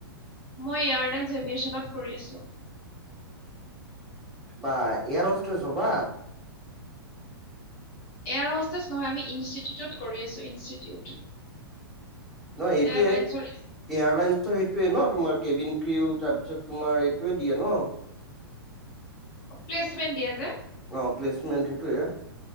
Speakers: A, on the left; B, in the centre.
A: মই এয়াৰলাইনছ এভিয়েশনত কৰি আছোঁ।
B: বা, এয়াৰহোষ্টেছ হবা?
A: এয়াৰ হোষ্টেজ নহয়। আমি ইনষ্টিটিউটত কৰি আছোঁ, ইনষ্টিটিউট।
B: নহয় এইটোৱে।
A: এয়াৰলাইন্সৰ
B: এয়াৰলাইনছৰ সেইটোয়ে ন', তোমাৰ কেবিন ক্ৰিও, তাৰপিছত তোমাৰ এইটোৱে দিয়ে ন'?
A: অ' প্লেচমেন্ট দিয়ে যে।
B: অ' প্লেচমেণ্ট সেটোৱে।